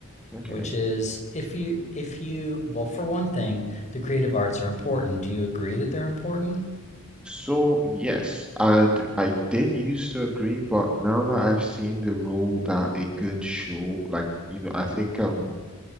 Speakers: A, in the centre; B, on the left.
A: Okay.
B: which is if you if you well for one thing, the creative arts are important. Do you agree that they're important?
A: So yes, and I did used to agree, but now that I've seen the role that a good show, like, you know, I think um